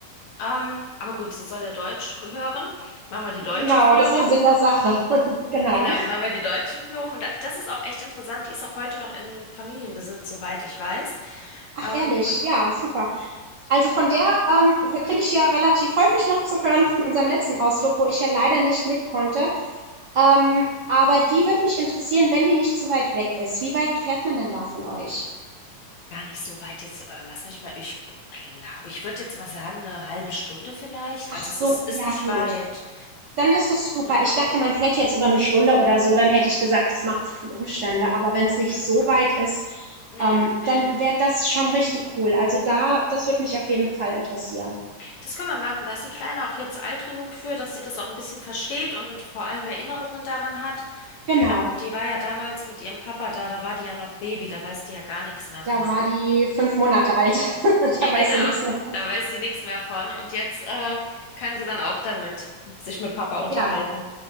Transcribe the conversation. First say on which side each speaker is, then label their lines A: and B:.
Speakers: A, on the left (about 65°); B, on the right (about 75°).
A: Ähm, aber gut, sie soll ja Deutsch hören. Machen wir die deutsche
B: genau,
A: Führung.
B: das ist ja Sinn der Sache. <laughs> genau.
A: Genau, machen wir die deutsche Führung. Und da- das ist auch echt interessant. Die ist auch heute noch in Familienbesitz, soweit ich weiß.
B: Ach,
A: Ähm,
B: ehrlich, ja, super. Also von der ähm, kriege ich ja relativ häufig noch zu hören von unserem letzten Ausflug, wo ich ja leider nicht mit konnte. Ähm, aber die wird mich interessieren, wenn die nicht zu weit weg ist. Wie weit fährt man denn da von euch?
A: Gar nicht so weit jetzt. Äh, lass mich mal, ich glaube, ich würde jetzt mal sagen, eine halbe Stunde vielleicht.
B: Ach
A: Also
B: so,
A: es ist, ist
B: ja
A: nicht
B: gut.
A: weit.
B: Dann ist das super.
A: Ja.
B: Ich dachte, man fährt jetzt über eine Stunde oder so, dann hätte ich gesagt, das macht zu viel Umstände. Aber wenn es nicht so weit ist,
A: Mhm.
B: ähm, dann wäre das schon richtig cool. Also da, das würde mich auf jeden Fall interessieren.
A: Das können wir machen. Da ist die Kleine auch jetzt alt genug für, dass sie das auch ein bisschen versteht und vor allem Erinnerungen daran hat.
B: Genau.
A: Ich glaube, die war ja damals mit ihrem Papa da, da war die ja noch Baby, da weiß die ja gar nichts mehr
B: Da
A: von.
B: war die fünf Monate alt. <laughs>
A: Ge-
B: da weißt
A: Genau,
B: du nichts mehr.
A: da weiß sie nichts mehr von. Und jetzt äh, kann sie dann auch damit sich mit Papa unterhalten.
B: Ja.